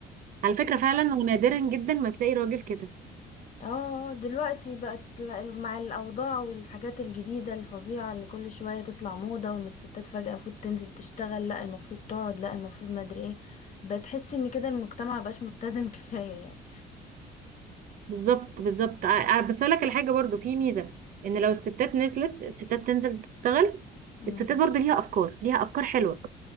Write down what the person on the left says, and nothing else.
اه دلوقتي بقت ل- مع الاوضاع والحاجات الجديده الفظيعه اللي كل شويه تطلع موضه وان الستات فجاه المفروض تنزل تشتغل لا المفروض تقعد لا المفروض ما ادري ايه بتحس ان كده المجتمع مبقاش متزن <laughs> كفايه يعني
مم.